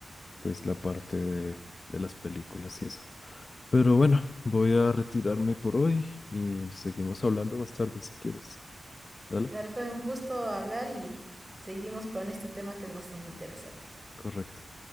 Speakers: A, on the left (about 45°); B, on the right (about 20°).
A: pues la parte de, de las películas y eso. Pero bueno, voy a retirarme por hoy y seguimos hablando más tarde si quieres. Dale,
B: Claro, fue un gusto hablar y seguimos con este tema que es bastante interesante.
A: correcto.